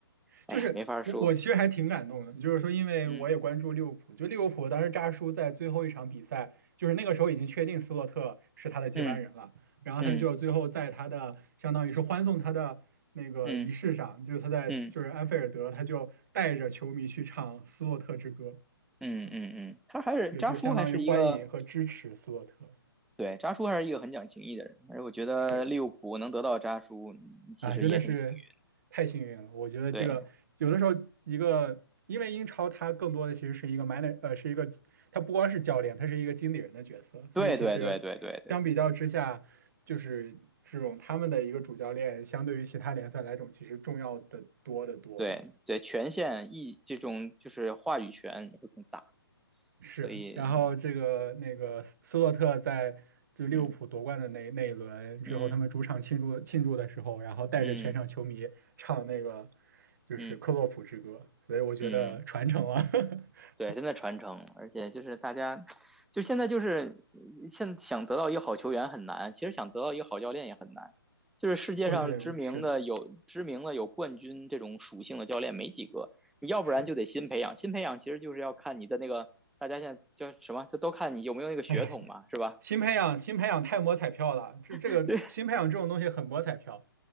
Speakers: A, on the right; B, in the centre.
A: 就是我我其实还挺感动的，
B: 哎呀，没法说。
A: 就是说，因为我也关注利物浦，
B: 嗯
A: 就利物浦当时扎叔在最后一场比赛，就是那个时候已经确定斯洛特是他的接班人了，
B: 嗯
A: 然后他就最后在他的相当于是欢送他的那个仪式上，
B: 嗯嗯
A: 就是他在就是安菲尔德，
B: 嗯
A: 他就带着球迷去唱《斯洛特之歌》，
B: 嗯嗯嗯，
A: 啊，嗯
B: 他还是扎叔还是一个
A: 就就相当于欢迎和支持斯洛特，
B: 对扎叔还是一个很讲情义的人，而且我觉得利物浦能得到扎叔，
A: 是。
B: 嗯其实也挺幸运
A: 啊，真的是太幸运了。我觉得这个有的时候一个，
B: 对
A: 因为英超它更多的其实是一个 man，r 呃，是一个它不光是教练，它是一个经理人的角色。
B: 对对对对对
A: 所以其实相比较之下，就是这种他们的一个主教练，相对于其他联赛来种，其实重要的多得多。
B: 对对，权限意这种就是话语权也会更大，
A: 是，
B: 所以
A: 然后这个那个斯洛特在就利物浦夺冠的那那一轮之后，
B: 嗯嗯
A: 他们主场庆祝庆祝的时候，然后带着全场球迷唱那个
B: 嗯
A: 就是克洛普之歌，
B: 嗯嗯，
A: 所以我觉得传承了。
B: 嗯，
A: <laughs>
B: 对，真的传承，而且就是大家，就现在就是现想得到一个好球员很难，其实想得到一个好教练也很难，就是世界上知名的有知名的有冠军这种属性的教练没几个，
A: 哦，对，是的，
B: 你要不然就得新培养，
A: 是。
B: 新培养其实就是要看你的那个。大家现在叫什么？这都看你有没有那个血统嘛，
A: 哎呀，新
B: 是吧？
A: 新培养新培养太摸彩票了，这这个新培养这种东西很摸彩票。
B: <laughs> 对